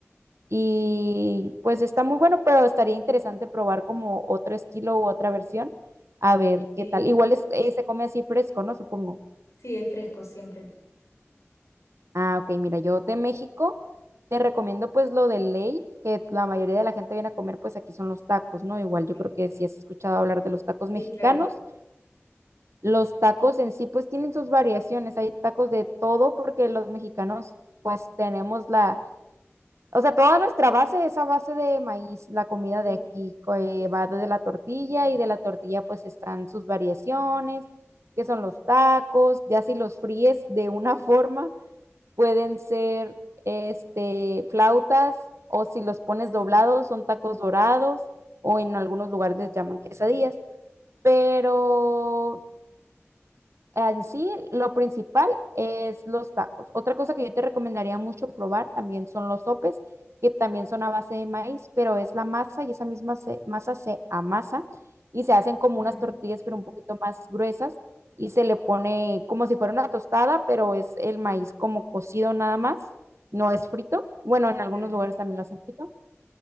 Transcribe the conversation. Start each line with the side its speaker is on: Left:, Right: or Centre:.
Right: Y pues está muy bueno, pero estaría interesante probar como otro estilo u otra versión, a ver
Left: sí,
Right: qué tal. Igual es- eh, se come así fresco, ¿no? Supongo.
Left: sí, es fresco siempre.
Right: Ah, ok, mira, yo de México te recomiendo pues lo de ley, que la mayoría de la gente viene a comer, pues aquí son los tacos, ¿no? Igual yo
Left: Sí,
Right: creo que si has escuchado hablar de los tacos mexicanos,
Left: sí, claro.
Right: los tacos en sí pues tienen sus variaciones, hay tacos de todo porque los mexicanos pues tenemos la O sea, toda nuestra base es a base de maíz, la comida de
Left: Sí,
Right: aquí, co- eh, va desde la tortilla y de la tortilla pues están sus variaciones, que son los tacos, ya si los fríes de una <laughs> forma, pueden ser este, flautas o si los pones doblados
Left: sí.
Right: son tacos dorados o en algunos lugares les llaman quesadillas, pero en sí, lo principal es los tacos. Otra cosa que yo te recomendaría mucho probar también son los sopes, que también son a base de maíz, pero es la masa y esa misma se- masa se amasa y se hacen como
Left: Ujú,
Right: unas tortillas, pero un poquito más gruesas y se le pone como si fuera una tostada, pero es el maíz como cocido nada más, no es frito. Bueno, en algunos
Left: Claro.
Right: lugares también lo hacen frito